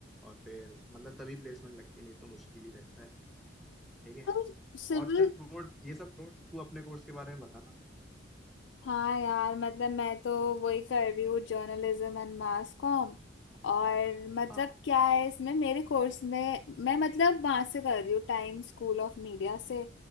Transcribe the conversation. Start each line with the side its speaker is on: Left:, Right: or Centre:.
Centre: और फिर मतलब तभी प्लेसमेंट लगती नहीं तो मुश्किल ही रहता है ठीक है
Left: तो सिविल
Centre: और चल छोड़ ये सब छोड़ तू अपने कोर्स के बारे में बता ना
Left: हाँ यार मतलब मैं तो वही कर रही हूँ जर्नलिज्म एंड मास कॉम और मतलब
Centre: हाँ
Left: क्या है इसमें मेरे कोर्स में मैं मतलब वहां से कर रही हूँ टाइम स्कूल ऑफ मीडिया से